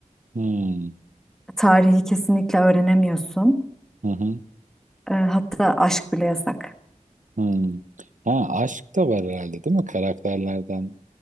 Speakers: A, on the right; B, in the centre.
A: Hmm,
B: Tarihi kesinlikle öğrenemiyorsun.
A: hı hı,
B: Ee, hatta aşk bile yasak.
A: hmm. Ha, aşk da var herhalde değil mi karakterlerden?